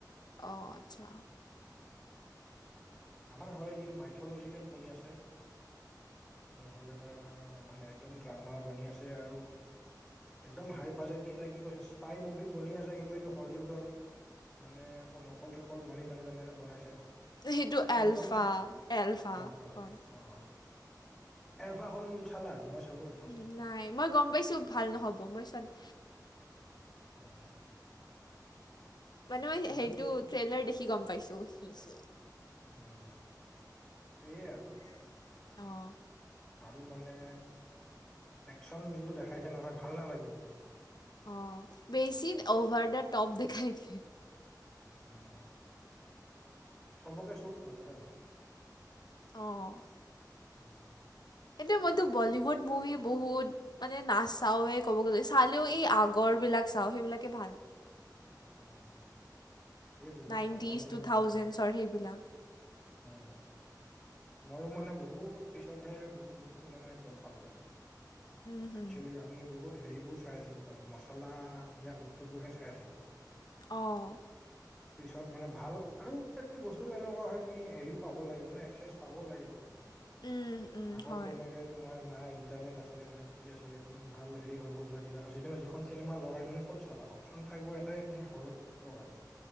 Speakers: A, on the left; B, in the centre.
A: অ'! আচ্ছা।
B: আমাৰ হয় কি, মাইথল'জিকেল বনি আছে। নহ'লে বা অ'! মানে, একদম ড্ৰামা বনি আছে আৰু। একদম হাই বাজেট কেইটা কি কৈছে, স্পাই মুভি বনি আছে। কিন্তু, এইটো হলিউডৰ। মানে, নকল-চকল মাৰি মানে, তেনেকে বনাইছে।
A: সেইটো
B: একদম,
A: এলফা, এলফাখন
B: <unintelligible> অ'! এলফাখন চালা? মই চালোঁ, সেইখন।
A: উম, নাই মই গম পাইছোঁ, ভাল নহ'ব। মই চোৱা নাই।
B: অ'!
A: মানে, মই
B: ইমান
A: সেইটো, ট্ৰেইলাৰ দেখি গম পাইছোঁ। হি- হি!
B: অ'! সেইয়াই আৰু।
A: <unintelligible> অ'!
B: আৰু মানে, একচন যোনতো দেখাইছে নহয়, ভাল নালাগিল মানে।
A: অ'! বেছি অভাৰ দা টপ দেখাই দিয়ে।
B: উম, চবকে সুট নকৰে মানে। <inaudible>
A: অ',
B: উম।
A: সেইটোৱে মইতো, বলিউড মুভি বহুত মানে, নাচাওঁৱে ক'ব গ'লে। চালেও, এই আগৰ বিলাক চাওঁ, সেইবিলাকে ভাল।
B: অ'! এই, বহুত
A: নাইনটিজ,
B: ভাল-ভাল চিনেমা
A: টু থাউজেণ্ডছৰ
B: আছে, দে।
A: সেইবিলাক।
B: অ'! মইয়ো মানে বহুত পিছতহে বহুত বস্তু মানে গম পালো আৰু।
A: উম, হুম।
B: একচুৱেলি আমি বহুত হেৰিবোৰ চাই আছিলো মানে, মচলা দিয়া বস্তুবোৰহে চাই আছি লো,
A: অ',
B: পিছত মানে ভাল আৰু এ বস্তুটো এনেকুৱা হ'য় তুমি হেৰিও পাব লাগিব ন একচেচ পাব লাগিব,
A: উম, উম,
B: আগত
A: হয়।
B: তেনেকে তোমাৰ না ইণ্টাৰনেট আছিলে না কি আছিলে তুমি ভাল হেৰি হ'ব লাগিলে আজি তোমাৰ যিখন খন চিনেমা লগাই তুমি ক'ত চাবা, অপচন থাকিব এটাই হলত লগাব।